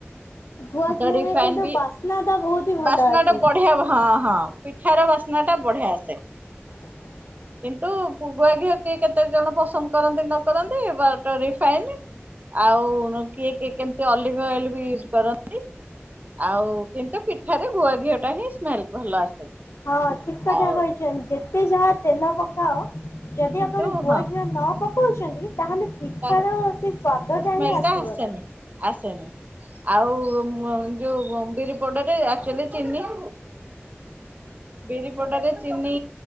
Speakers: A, on the left; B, on the right.
A: ଗୁଆ
B: ତ
A: ଘିଅରେ
B: ରିଫାଇନ
A: କିନ୍ତୁ
B: ବି
A: ବାସ୍ନାଟା ବୋହୁତ ହି ଭଲ
B: ବାସ୍ନା
A: ଆସେ।
B: <unintelligible> ହଁ ହଁ। ପିଠାର ବାସ୍ନାଟା ବଢିଆ ଆସେ।
A: ହଁ <inaudible>
B: କିନ୍ତୁ ପୁ ଗୁଆ ଘିଅ କିଏ କେତେ ଜଣ ପସନ୍ଦ କରନ୍ତି ନ କରନ୍ତି ବାଟ ରିଫାଇନି ଆଉ ନ କିଏ କିଏ କେମିତି <unintelligible> ଅଏଲ୍ ବି ୟୁଜ୍ କରନ୍ତି। ଆଉ କିନ୍ତୁ ପିଠାରେ ଗୁଆ ଘିଅ ଟା ହିଁ ସ୍ମେଲ ଭଲ ଆସେ।
A: ହଁ ଠିକ କଥା
B: ଆଉ
A: କହିଚନ୍ ଯେତେ ଯାହା ତେଲ ପକାଅ ଯଦି
B: କିନ୍ତୁ
A: ଆପଣ ଗୁଆ
B: ହଁ
A: ଘିଅ ନ ପକୋଉଚନ୍ତି ତାହେଲେ ପିଠାର
B: ତା
A: ସେ ସ୍ଵାଦ
B: ସ୍ମେଲ
A: ଟା ହିଁ ଆସିବନି।
B: ଆସେନି ଆସେନି ଆଉ <unintelligible> ଯୋଉ ବିରି ପୋଡୋରେ ଆକ୍ଚୋଲି ଚିନି ବିରି ପୋଡରେ ଚିନି